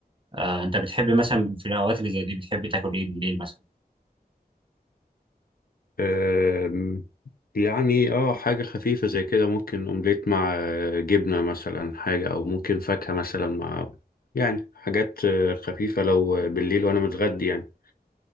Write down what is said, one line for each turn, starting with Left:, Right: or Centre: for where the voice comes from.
Right: آه، انت بتحب مثلا في الاوقات اللي زي دي بتحب تاكل ايه بالليل مثلا
Left: أم، يعني اه حاجة خفيفة زي كده ممكن اومليت مع أه، جبنة مثلا حاجة او ممكن فاكهة مثلا مع يعني حاجات أه، خفيفة لو آه، بالليل وانا متغدي يعني